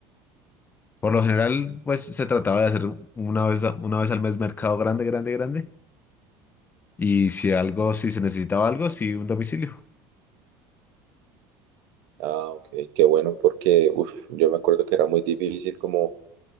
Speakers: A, on the left (about 25°); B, on the right (about 75°).
A: Por lo general, pues se trataba de hacer una vez, a- una vez al mes mercado grande, grande, grande Y si algo, si se necesitaba algo, sí, un domicilio.
B: Ah, ok, qué bueno, porque uf, yo me acuerdo que era muy difícil como